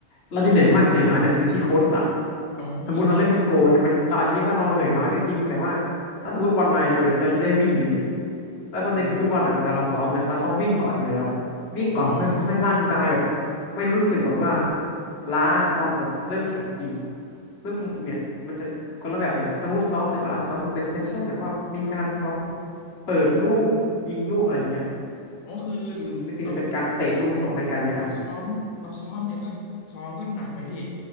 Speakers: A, on the left; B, on the left.
A: เราจะเหนื่อยมากเหนื่อยน้อยเนี่ยอยู่ที่โค้ชสั่ง
B: อ๋อครับครับครับ
A: สมมติเราเล่นเป็นโกลใช่ไหมเราอาจจะคิดว่าเราเหนื่อยน้อยก็จริงแต่ว่าถ้าสมมติบอลมาเร็วเนี่ยเราจะได้วิ่งอยู่ดีแล้วประเด็นคือฟุตบอลอ่ะเวลาเราซ้อมเนี่ยเราต้องวิ่งก่อนอยู่แล้ว
B: อ๋อ
A: วิ่งก่อนเพื่อทำให้ร่างกายแบบ
B: อืมครับครับ
A: ไม่รู้สึกแบบว่าล้าตอนแบบเริ่มแข่งจริงเริ่มแข่งจริงเนี่ยมันจะคนละแบบเลยสมมติซ้อมเนี่ยเราอาจจะซ้อมแบบเป็นเซสชั่นแบบว่ามีการซ้อมเปิดลูกยิงลูกอะไรอย่างเงี้ย
B: อ๋อคือ
A: อืมนี่คือจะเป็นการเตะลูกส่งให้กันและกัน
B: เราเราซ้อมเราซ้อมเนี่ยก็ซ้อมก็หนักไหมพี่